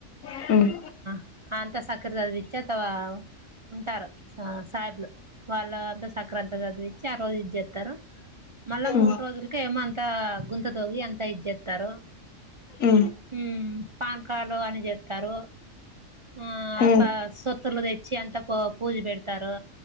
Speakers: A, on the left (about 85°); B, on the right (about 45°).
A: ఉమ్
B: అ అంత సకరదది ఇచ్చేత్తవ? ఉంటారు సా సాహెబ్లు వాళ్ళ అంతా సక్రాంత చదివిచ్చి ఆ రోజు ఇది చేత్తారు. మళ్ళా
A: ఉమ్
B: మూడు రోజులకే ఏమోంత గుం గుంత తొవ్వి అంతా ఇది చేస్తారు,
A: ఉమ్
B: ఉమ్ పాన్కాలు అని చేత్ తారు ఆ అత
A: ఉమ్
B: సోత్ లు తెచ్చి అంతా ప పూజ పెడతారు,